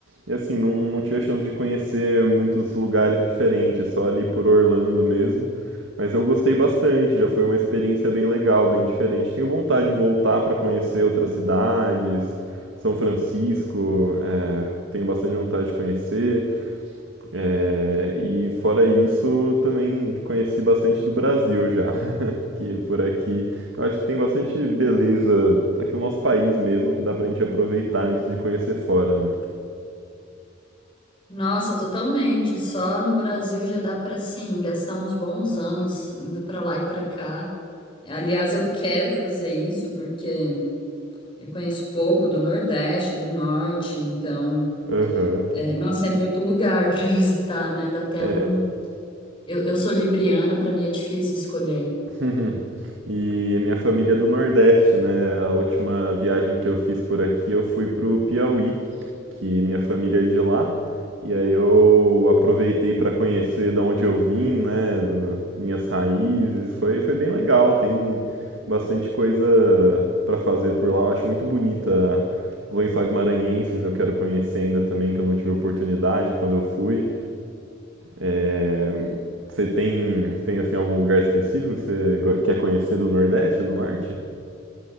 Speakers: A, on the right (about 85°); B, on the left (about 25°).
A: E assim, não, não tive a chance de conhecer muitos lugares diferentes, só ali por Orlando mesmo. Mas eu gostei bastante, já foi uma experiência bem legal, bem diferente. Tenho vontade de voltar para conhecer outras cidades, São Francisco, é, tenho bastante vontade de conhecer. É, e fora isso, também conheci bastante do Brasil já que por aqui. Eu acho que tem bastante beleza aqui no nosso país mesmo que dá pra gente aproveitar antes de conhecer fora, né?
B: Nossa, totalmente. Só no Brasil já dá pra, assim, gastar uns bons anos indo pra lá e pra cá. Aliás, eu quero fazer isso porque eu conheço pouco do Nordeste, do Norte, então,
A: Aham.
B: é, nossa, é muito lugar <laughs> para visitar, né? Dá até
A: É.
B: um. Eu, eu sou libriana, para mim é difícil escolher.
A: <laughs> E a minha família é do Nordeste, né? A última viagem que eu fiz por aqui, eu fui pro Piauí, que minha família é de lá. E aí eu aproveitei para conhecer da onde eu vim, né, do- minhas raízes. Foi, foi bem legal, tem bastante coisa para fazer por lá. Eu acho muito bonita os Lençóis Maranhenses, eu quero conhecer ainda também, que eu não tive oportunidade quando eu fui. É, Você tem, tem assim algum lugar específico que você go- quer conhecer do Nordeste, do Norte?